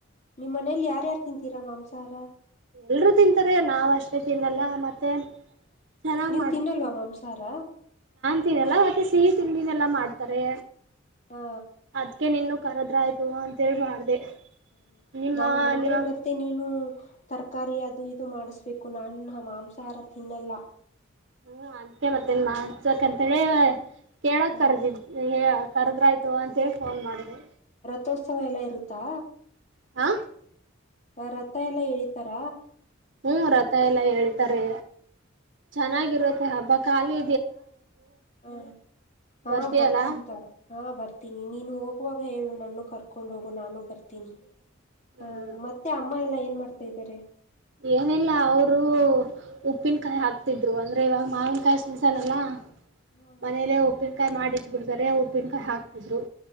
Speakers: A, on the left; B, on the right.
A: ನಿಮ್ಮ್ ಮನೇಲ್ ಯಾರ್ಯಾರ್ ತಿಂತೀರ ಮಾಂಸಹಾರ.
B: ಎಲ್ರೂ ತಿಂತಾರೆ ನಾವ್ ಅಷ್ಟೇ ತಿನ್ನಲ್ಲ ಮತ್ತೆ. ಚೆನ್ನಾಗ್
A: ನೀವ್ ತಿನ್ನಲ್ವ ಮಾಂಸಹಾರ.
B: ತಿವ್ ಎಲ್ಲಾ ಮತ್ತೆ ಸಿಹಿ ತಿಂಡಿನೆಲ್ಲಾ ಮಾಡ್ತಾರೆ.
A: ಹಾ
B: ಅದ್ಕೆ ನಿನ್ನು ಕರೆದ್ರಾಯ್ತು ಅಂತ್ ಹೇಳ್ ಮಾಡ್ದೆ.
A: ಹ
B: ನಿಮ್ಮ
A: ನಾನ್ ಬಂದ್ರೆ
B: ನಿಮ್ಮ
A: ಮತ್ತೆ ನೀನು ತರ್ ಕಾರಿ ಅದು ಇದು ಮಾಡಿಸ್ಬೇಕು ನಾನ್ ಮಾಂಸಾಹಾರ ತಿನ್ನಲ್ಲ.
B: ಹ್ಮ್ ಅದ್ಕೆ ಮತ್ತೇನ್ ಮಾಡ್ಸಕ್ ಅಂತೇಳಿ. ಕೇಳಕ್
A: ಹಾ
B: ಕರೆದಿದ್ದೆ ಹೇಯ ಕರ್ದ್ರಾಯ್ತು ಅಂತ್ ತೆಳ್ ಫೋನ್ ಮಾಡ್ದೆ.
A: ಥೋತ್ಸವ ಎಲ್ಲ ಇರುತ್ತಾ.
B: ಆ
A: ಅ ರಥ ಎಲ್ಲಾ ಏಳಿತರ.
B: ಹು ರಥ ಎಲ್ಲಾ ಏಳಿತಾರೆ. ಚೆನ್ನಾಗಿರುತ್ ಹೆ ಹಬ್ಬಾ ಕಾಲಿ
A: ಹಾ ಹಾ
B: ಬರ್ತೀಯಲ್ಲ
A: ಬರ್ತೀನ್ ತಗೋ ಹಾ ಬರ್ತೀನಿ ನೀನು ಹೋಗುವಾಗ ಹೇಳು ನನ್ನು ಕರ್ಕೊಂಡ್ ಹೋಗು ನಾನು ಬರ್ತೀನಿ.
B: ಹ್ಮ್
A: ಆ ಮತ್ತೆ ಅಮ್ಮ ಎಲ್ಲ ಏನ್ ಮಾಡ್ತೈದರೆ.
B: ಏನಿಲ್ಲ ಅವ್ರು ಉಪ್ಪಿನ್ಕಾಯ್ ಹಾಕ್ತಿದ್ರು ಅಂದ್ರೆ ಇವಾಗ್ ಮಾವಿನ್ಕಾಯ್ ಸೀಸನ್ ಅಲ್ಲಾ.
A: ಹ
B: ಮನೇಲೆ ಉಪ್ಪಿನ್ಕಾಯ್ ಮಾಡಿಟ್ ಬಿಡ್ದರೆ ಉಪ್ಪಿನ್ಕಾಯ್ ಹಾಕ್ತಿದ್ರು.